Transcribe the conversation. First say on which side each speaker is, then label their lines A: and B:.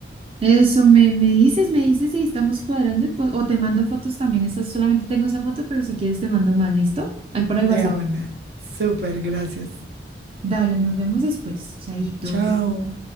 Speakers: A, on the right; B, on the right.
A: Eso me, me dices, me dices y estamos cuadrando y pues- o te mando fotos también. Esa, solamente tengo esa foto, pero si quieres te mando más, ¿listo?
B: <laughs>
A: Ahí por
B: De
A: el WhatsApp.
B: una. Súper, gracias.
A: Dale, nos vemos después. Chaito.
B: Chao.